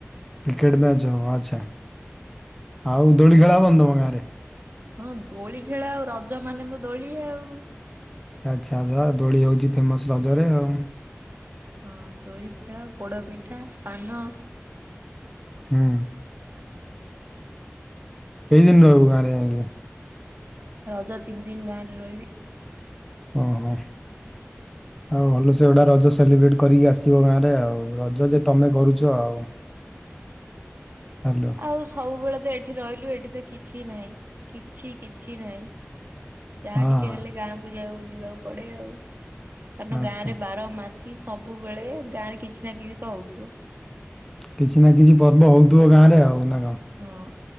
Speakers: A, in the centre; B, on the right.
A: କ୍ରିକେଟ ମ୍ୟାଚ ହଉ ଆଚ୍ଛା। ଆଉ ଦୋଳି ଖେଳ ହେବନି ତୁମ ଗାଁ ରେ।
B: ହଁ ଦୋଳି ଖେଳ ଆଉ ରଜ ମାନେ ତ ଦୋଳି ଆଉ।
A: ଆଚ୍ଛା ଧ ଦୋଳି ହଉଛି ଫେମସ ରଜରେ ଆଉ।
B: ହଁ ଦୋଳି ଖେଳ ପୋଡ଼ପିଠା ପାନ।
A: ହୁଁ। କେଇ ଦିନ ରିବ କାରେ ଆଜ୍ଞା।
B: ରଜ ତିନି ଦିନ ଗାଁରେ ରହିବି।
A: ଓହୋ ଆଉ ଭଲ ସେ ଗୋଟା ରଜ ସେଲିବ୍ରେଟ କରିକି ଆସିବ ଗାଁରେ ଆଉ ରଜ ଯେ ତମେ କରୁଛ ଆଉ। ହ୍ୟାଲୋ
B: ଆଉ ସବୁବେଳେ ତ ଏଠି ରହିଲୁ ଏଠି ତ କିଛି ନାହିଁ କିଛି କିଛି ନାହିଁ। ଯାହା
A: ହଁ
B: ଟିକେ ହେଲେ ଗାଁକୁ ଯାଉ। ଯିବାକୁ ପଡ଼େ ଆଉ। କଣ
A: ଆଚ୍ଛା
B: ଗାଁରେ ବାର ମାସ ସବୁବେଳେ ଗାଁରେ କିଛି ନା କିଛି ତ ହଉଥିବ।
A: କିଛି ନା କିଛି ପର୍ବ ହଉଥିବ ଗାଁ ରେ ଆଉ ନା କ
B: ହଁ।